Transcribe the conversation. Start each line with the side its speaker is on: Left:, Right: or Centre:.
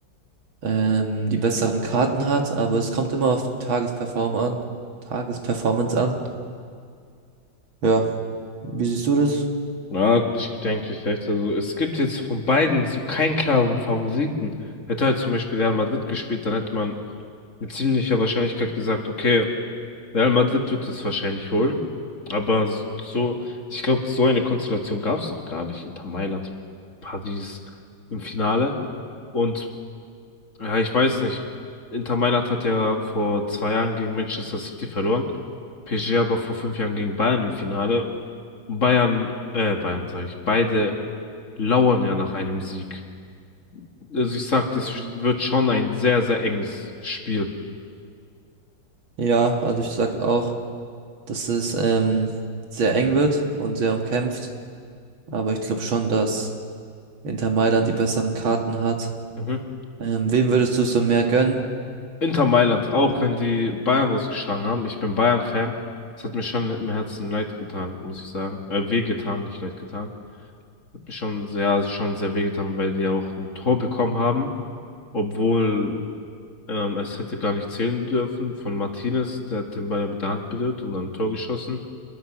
Right: ähm, die besseren Karten hat, aber es kommt immer auf Tagesperform an, Tagesperformance an. Ja, wie siehst du das?
Left: Ja, ich denke, ich recht. Also, es gibt jetzt von beiden so keinen klaren Favoriten. Hätte halt zum Beispiel Real Madrid gespielt, dann hätte man mit ziemlicher Wahrscheinlichkeit gesagt, okay, Real Madrid wird es wahrscheinlich holen. Aber so, ich glaube, so eine Konstellation gab es noch gar nicht. Inter Mailand, Paris im Finale. Und Ja, ich weiß nicht. Inter Mailand hat ja vor zwei Jahren gegen Manchester City verloren. PSG aber vor fünf Jahren gegen Bayern im Finale. Und Bayern, äh, Bayern sage ich, beide lauern ja nach einem Sieg. Also ich sag,
Right: Ähm,
Left: das wird schon ein sehr, sehr enges Spiel.
Right: Ja, also ich sag auch, dass es ähm, sehr eng wird und sehr umkämpft, aber ich glaube schon, dass Inter Mailand die besseren Karten hat.
Left: Mhm.
Right: Ähm, wem würdest du so mehr gönnen?
Left: Inter Mailand, auch wenn die Bayern rausgeschlagen haben. Ich bin Bayern-Fan. Das hat mir schon im Herzen leid getan, muss ich sagen. Äh, weh getan, nicht leid getan. schon sehr, schon sehr wehgetan, weil die auch ein Tor bekommen haben, obwohl ähm, es hätte gar nicht zählen dürfen von Martinez, der hat den Ball ja mit der Hand berührt und dann ein Tor geschossen.